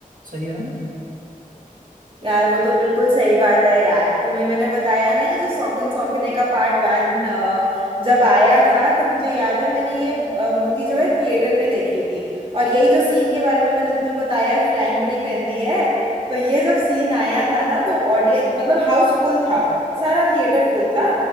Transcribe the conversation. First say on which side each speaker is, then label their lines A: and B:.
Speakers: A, on the right; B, on the right.
A: सही है ना
B: यार वो तो बिल्कुल सही बात है यार तुम्हें मैंने बताया ना ये जो सौकन सौकने का पार्ट वन जब आया था तो मुझे याद है मैंने ये मूवी जो है थिएटर में देखी थी और यही जो सीन के बारे में मैंने तुम्हें बताया है फ्लाइंग बड़ी पेंदी है तो ये जब सीन आया था ना तो ऑडियंस मतलब हाउस फुल था सारा थिएटर फुल था